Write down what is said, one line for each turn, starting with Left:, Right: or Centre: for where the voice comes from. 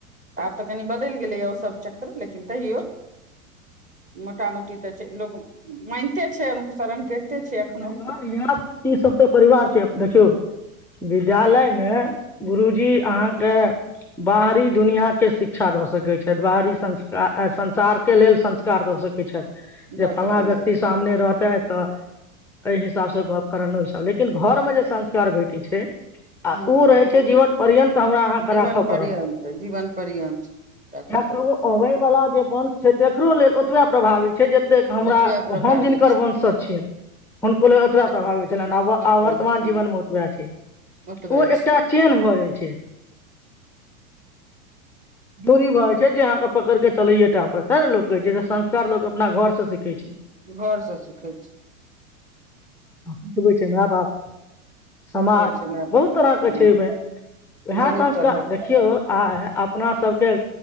Right: आब तऽ कनी बदलि गेलै या ओ सब चक्र लेकिन। तहियौ। मोट मोटी तऽ लोक मानिते छै। अनुसरण करिते
Centre: की
Right: छै एखनो
Centre: परिवार यहाँ ईी सब त। परिवार छी देखियौ विद्यालयमे गुरुजी अहाँके बाहरी दुनिआँके शिक्षा दऽ सकै छथि बाहरी संस्कारा संसारके लेल संस्कार दऽ सकै छथि। जे
Right: दऽ
Centre: फलना
Right: सकैत
Centre: व्यक्ति
Right: छथिन
Centre: सामने रहतेै। एहि हिसाब से गप कर हसाब लेकिन घर मे जे संस्कार भेटी छै। आ
Right: हूँ
Centre: ओ रहै छै जीवन पर्यन्त हमरा अहाँके
Right: जीवन
Centre: राखऽ पड़त
Right: पर्यन्त जीवन पर्यन्त राखऽ
Centre: किय
Right: पड़त
Centre: तऽ ओ अबै वला जे वंश छै तकरो लेल प्रभावित। छै जतेक हमरा
Right: ओतबे प्रभावी
Centre: हम जिनकर वंश। हुनको लेल ओतबा
Right: छै
Centre: प्रभावित छलनि आ
Right: ओतबे
Centre: आ वर्तमान जीवनमे ओतबा छै ओ
Right: ओतबे छै
Centre: एकटा चेहह भऽ जाइत छै। दूरी भऽ जा छै जे अहाँके पकड़ि कऽ चलैयए टा पड़त तें ने लोक कहै छै संस्कार लोक अपना घरसँ सीखैत छै।
Right: घरसँ सिखै छी।
Centre: ह। बबै छै मााय बाप
Right: सिखबै
Centre: समाज
Right: छै मैडम
Centre: बहुत तरहके
Right: समान
Centre: छै ओहिमे वएह
Right: बहुत
Centre: संस्कार
Right: तरहक
Centre: देखियौ। आइ अपना सबके